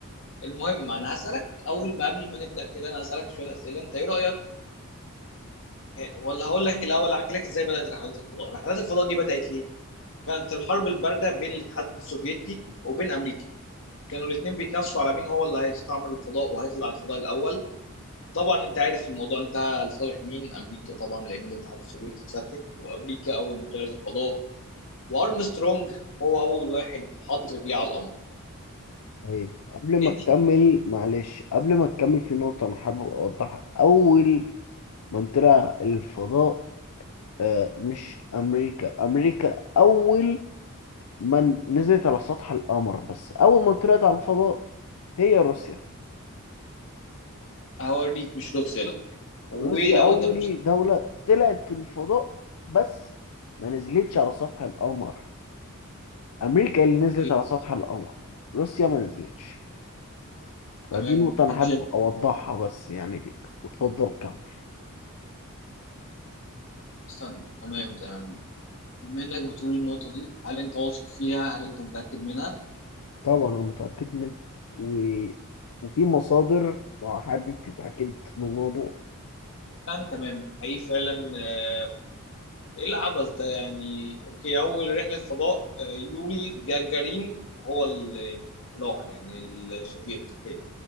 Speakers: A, on the left (about 60°); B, on the left (about 80°).
A: المهم أنا هسألك أول ما قبل ما نبدأ كده أنا هسألك شوية أسئلة أنت إيه رأيك آه، ولا هقول لك الأول أحكي لك إزاي بدأت رحلات الفضاء رحلات الفضاء دي بدأت ليه كانت الحرب البارده بين الاتحاد السوفيتي وبين امريكا كانوا الاثنين بيتنافسوا على مين هو اللي هيستعمر الفضاء وهيطلع الفضاء الاول وطبعا انت عارف الموضوع انتهى لصالح مين امريكا طبعا لان الاتحاد السوفيتي اتفتت وامريكا اول ما طلعت الفضاء وارمسترونج هو اول واحد حط رجليه على القمر
B: طيب قبل ما
A: انت
B: تكمل معلش قبل ما تكمل في نقطة أنا حابب أوضحها أول من طلع الفضاء آه، مش أمريكا أمريكا أول من نزلت على سطح القمر بس أول من طلعت على الفضاء هي روسيا
A: هوريك مش روسيا لا ولو
B: روسيا أول
A: انت مش
B: دولة طلعت في الفضاء بس ما نزلتش على سطح القمر أمريكا اللي نزلت
A: اوكي
B: على سطح القمر روسيا ما نزلتش
A: تمام
B: فدي نقطة أنا
A: انت
B: حابب
A: شايف
B: أوضحها بس يعني ليك وتفضل كمل
A: استنى تمام تمام بما انك بتقول النقطه دي هل انت واثق فيها هل انت متاكد منها؟
B: طبعا أنا متأكد منها و... وفي مصادر لو حابب تتأكد من الموضوع
A: تمام تمام حقيقي فعلا آه، ايه العبث ده يعني اوكي اول رحله فضاء آه، يوري جاجارين هو اللي راح يعني السوفيت اوكي